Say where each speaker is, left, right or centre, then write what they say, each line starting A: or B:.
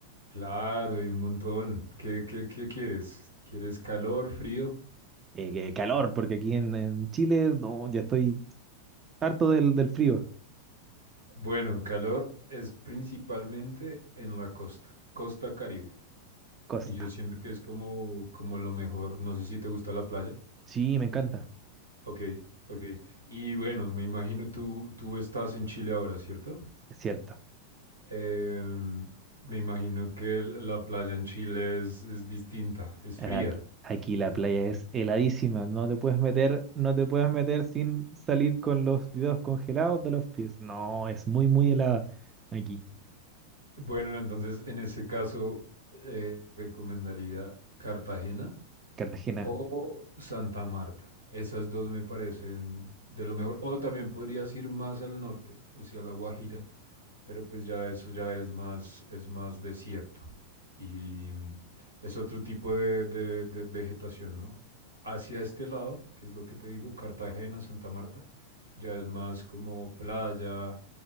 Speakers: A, on the right; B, on the right.
A: claro, y un montón. ¿Qué, qué, qué quieres? ¿Quieres calor, frío?
B: Eh, que calor, porque aquí en, en Chile no, ya estoy harto del, del frío.
A: Bueno, calor es principalmente en la costa, costa Caribe.
B: Costa.
A: Y yo siento que es como, como lo mejor. No sé si te gusta la playa.
B: Sí, me encanta,
A: Ok, ok. Y bueno, me imagino, tú, tú estás en Chile ahora, ¿cierto?
B: es cierto.
A: Em, me imagino que el- la playa en Chile es, es distinta, es
B: Ahora,
A: fría.
B: Aquí, la playa es heladísima, no te puedes meter, no te puedes meter sin salir con los dedos congelados de los pies. No, es muy, muy helada aquí,
A: Bueno, entonces en ese caso eh, recomendaría Cartagena
B: Cartagena.
A: o Santa Marta. Esas dos me parecen de lo mejor. O también podrías ir más al norte, o sea, La Guajira, pero pues ya eso ya es más, es más desierto. Y mm, es otro tipo de, de- de vegetación, ¿no? Hacia este lado, que es lo que te digo, Cartagena, Santa Marta, ya es más como playa,